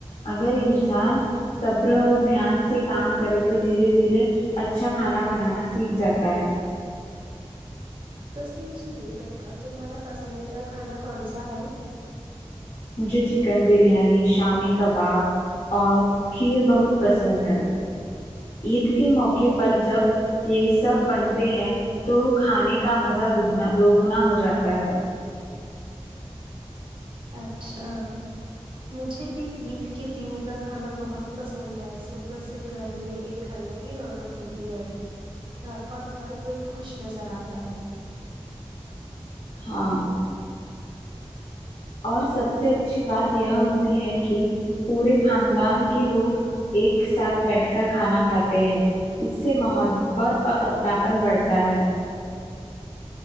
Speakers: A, on the left; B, on the right.
A: اگر انسان صبر اور دھیان سے کام کرے تو دھیرے دھیرے اچھا کھانا بنانا سیکھ جاتا ہے
B: ویسے تم مجھے یہ بتاؤ تمہارا پسندیدہ کھانا کون سا ہے
A: مجھے چکن بریانی شامی کباب اور کھیر بہت پسند ہے عید کے موقع پر جب یہ سب بنتے ہیں تو کھانے کا مزہ دگنا دو گنا ہو جاتا ہے
B: اچھا مجھے بھی عید کے دن کا کھانا بہت پسند ہے صبح سے گھر میں ایک الگ ہی رونق ہوتی ہے ہ اور ہر کوئی خوش نظر آتا ہے
A: ہاں اور سب سے اچھی بات یہ ہوتی ہے کہ پورے خاندان کے لوگ ایک ساتھ بیٹھ کر کھانا کھاتے ہیں اس سے محبت اور اپناپن بڑھتا ہے